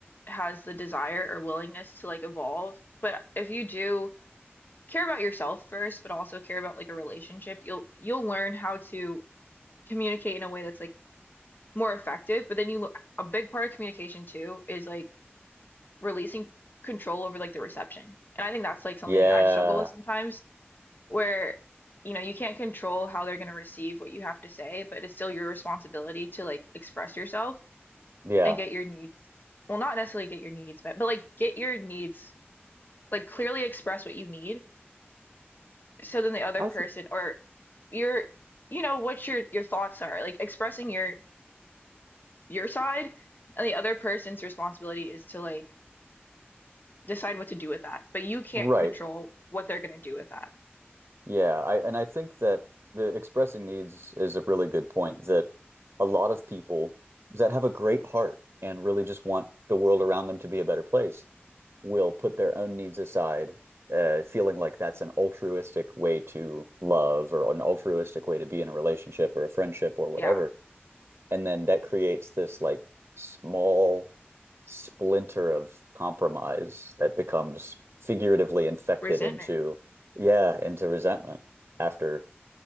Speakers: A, on the left; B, on the right.
A: has the desire or willingness to like evolve, but if you do care about yourself first, but also care about like a relationship, you'll you'll learn how to communicate in a way that's like more effective, but then you a big part of communication too is like releasing control over like the reception. And I think that's like something
B: Yeah.
A: I struggle with sometimes where you know you can't control how they're going to receive what you have to say but it's still your responsibility to like express yourself
B: Yeah.
A: and get your needs well not necessarily get your needs met but like get your needs like clearly express what you need so then the other
B: I
A: person
B: think
A: or your you know what your your thoughts are like expressing your your side and the other person's responsibility is to like decide what to do with that but you can't
B: right.
A: control what they're going to do with that
B: Yeah. I and I think that the expressing needs is a really good point that a lot of people that have a great heart and really just want the world around them to be a better place will put their own needs aside, uh, feeling like that's an altruistic way to love or an altruistic way to be in a relationship or a friendship or whatever.
A: yeah
B: And then that creates this like small splinter of compromise that becomes figuratively infected
A: resentment
B: into, yeah, into resentment after